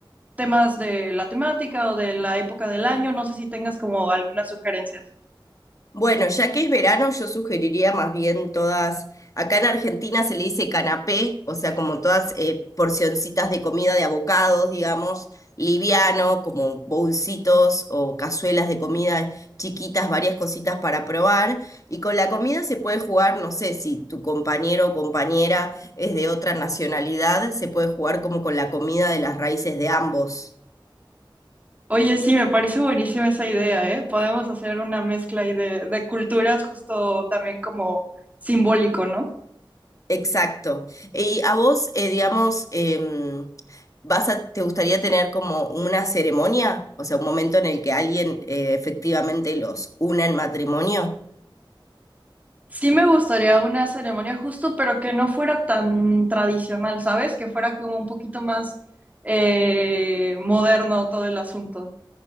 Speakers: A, on the right; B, on the left.
A: temas de la temática o de la época del año, no sé si tengas como algunas sugerencias.
B: Bueno, ya que es verano, yo sugeriría más bien todas, acá en Argentina se le dice canapé, o sea, como todas eh, porcioncitas de comida de abocados, digamos, liviano, como bolsitos o cazuelas de comida chiquitas, varias cositas para probar. Y con la comida se puede jugar, no sé, si tu compañero o compañera es de otra nacionalidad, se puede jugar como con la comida de las raíces de ambos.
A: Oye, sí, me parece buenísima esa idea, ¿eh? Podemos hacer una mezcla ahí de, de culturas justo también como simbólico, ¿no?
B: Exacto. Y a vos, eh, digamos, em, vas a, ¿te gustaría tener como una ceremonia? O sea, un momento en el que alguien eh, efectivamente los una en matrimonio.
A: Sí me gustaría una ceremonia justo, pero que no fuera tan tradicional, ¿sabes? Que fuera como un poquito más eh, moderno todo el asunto.